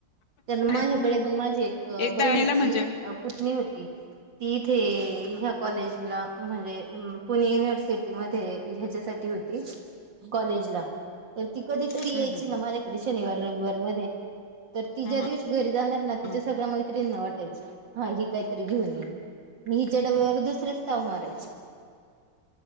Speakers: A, on the right; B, on the left.
A: तर माझ्याकडे
B: हम्म
A: पण माझी एक
B: एकदा
A: बहिणीची
B: याला म्हणजे
A: अ पुतनी होती ती इथे ह्या कॉलेजला म्हणजे पुणे युनिव्हर्सिटीमध्ये ह्याच्यासाठी होती कॉलेजला तर ती कधी तरी
B: हम्म
A: यायची
B: हम्म
A: ना माझ्याकडे शनिवार रविवार मध्ये. तर ती
B: हम्म
A: ज्या दिवशी घरी जाणार ना
B: हम्म.
A: तिच्या सगळ्या मैत्रिंना वाटायचं. हा हे काहीतरी घेऊन येत आणि हिच्या डब्यावर दुसरेच ताव मारायचे.